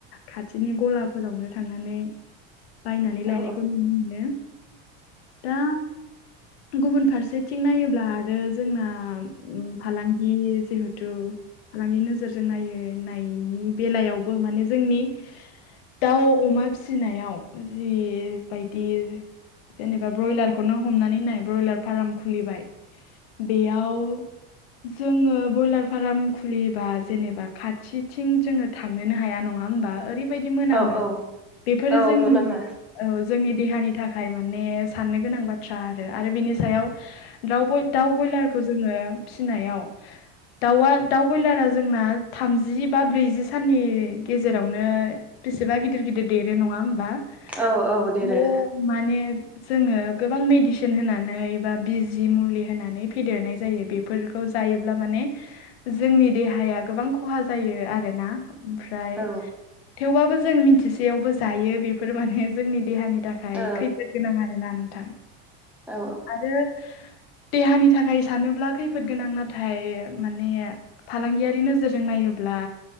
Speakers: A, on the left; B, in the centre.
A: खाथिनि गलाफोरावनो थांनानै बायनानै लायनायखौ
B: औ
A: नुनो मोनो दा गुबुन फारसेथिं नायोब्ला आरो जोंना आलासि जिहेथु फालांगि नोजोरजों नायो नायनि बेलायावबो माने जोंनि दाउ अमा फिसिनायाव जि बायदि जेनेबा ब्रयलारखौनो हमनानै नाय ब्रयलार फार्म खुलिबाय बेयाव जोङो ब्रयलार फार्म खुलियोब्ला जेनेबा खाथिथिं जोङो थांनोनो हाया नङा होमबा ओरैबायदि मोनामो
B: औ औ
A: बेफोरो
B: औ
A: जोंनि
B: मोन नामा
A: औ जोंनि देहानि थाखाय माने साननो गोनां बाथ्रा आरो आरो बिनि सायाव दाउ दाउ ब्रयलारखौ जोङो फिसिनायाव दाउआ दाउ ब्रयलारा जोंना थामजि बा ब्रैजि साननि गेजेरावनो बेसेबा गिदिर गिदिर देरो नङा होमबा?
B: औ औ
A: बेखौ
B: देरो
A: माने जोङो गोबां मेडिसिन होनानै बा बिजि मुलि होनानै फेदेरनाय जायो। बे बेफोरखौ जायोब्ला माने जोंनि देहाया गोबां खहा जायो आरोना। ओमफ्राय
B: औ
A: थेवबाबो जों मिथिसेयावबो जायो बेफोर माने जोंनि देहानि थाखाय
B: औ
A: ओमफ्राय खैफोद गोनां आरोना नोंथां
B: औ
A: आरो देहानि थाखाय सानोब्ला खैफोद गोनां नाथाय माने फालांगियारि नोजोरजों नायोब्ला